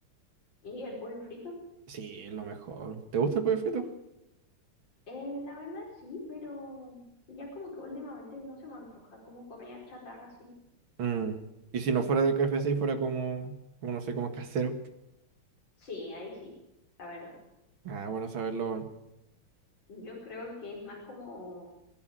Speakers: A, on the left; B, on the right.
A: Sí, el pollo frito,
B: Sí, es lo mejor. ¿Te gusta el pollo frito?
A: eh, la verdad sí, pero ya como que últimamente no se me antoja como comida chatarra así.
B: Mm. Y si no fuera de KFC y fuera como, como no sé, como casero.
A: Sí, ahí sí, la verdad.
B: Ah, bueno saberlo, weón.
A: Yo creo que es más como,